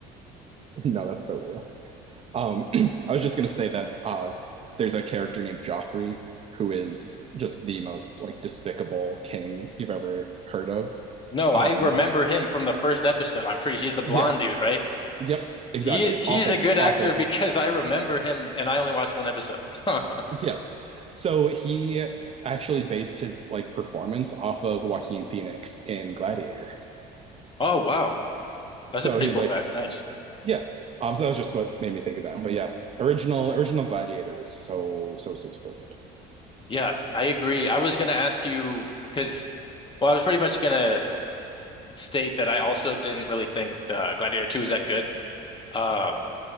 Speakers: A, on the right (about 35°); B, on the left (about 25°).
A: <laughs> No, that's so real. Um, <clears throat> I was just gonna say that uh, there's a character named Joffrey who is just the most like despicable king you've ever heard of.
B: No,
A: Um,
B: I remember him from the first episode. I'm pretty sure he's the blonde
A: yeah,
B: dude, right?
A: yep, exactly.
B: He he's
A: Awful,
B: a good actor
A: awful,
B: because
A: awful.
B: <laughs> I remember him and I only watched one episode. <laughs>
A: Yeah. So he actually based his like performance off of Joaquin Phoenix in Gladiator.
B: Oh wow. That's
A: So
B: a pretty
A: he was
B: cool
A: like,
B: fact. Nice.
A: yeah. Um, so that was just what made me think of that. But yeah, original original Gladiator is so so so so good.
B: Yeah, I agree. I was gonna ask you because well, I was pretty much gonna state that I also didn't really think the Gladiator 2 was that good. Um